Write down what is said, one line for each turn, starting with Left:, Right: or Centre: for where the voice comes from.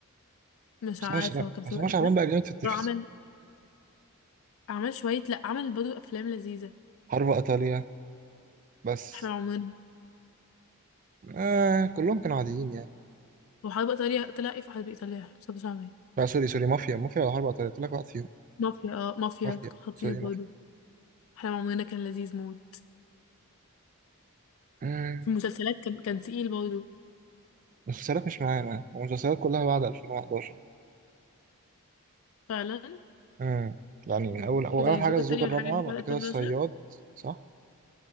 Left: مش
Right: مصطفى
Left: عارفة
Right: ش-
Left: هو كان في
Right: مصطفى
Left: الوقت
Right: شعبان
Left: ده
Right: بقى جامد في التلفزيون
Left: هو عمل عمل شوية لأ عمل برضه أفلام لذيذة
Right: حرب ايطاليا بس
Left: احنا عمرنا
Right: آه كلهم كانوا عاديين يعني
Left: وحرب إيطاليا طلع ايه في حرب إيطاليا مصطفى شعبان
Right: لا سوري سوري مافيا مافيا ولا حرب ايطاليا قلت لك واحد فيهم
Left: مافيا اه مافيا
Right: مافيا
Left: كان خطير
Right: سوري
Left: برضه
Right: مافيا
Left: احنا عمرنا كان لذيذ موت
Right: مم،
Left: في المسلسلات كان كان تقيل برضه
Right: المسلسلات مش معانا المسلسلات كلها بعد 2011
Left: فعلا
Right: امم يعني من اول اول
Left: ايه ده
Right: أول
Left: الزوجة
Right: حاجة الزوجة
Left: التانية
Right: الرابعة
Left: والحاجات دي بعد
Right: بعد
Left: 2011
Right: كده الصياد صح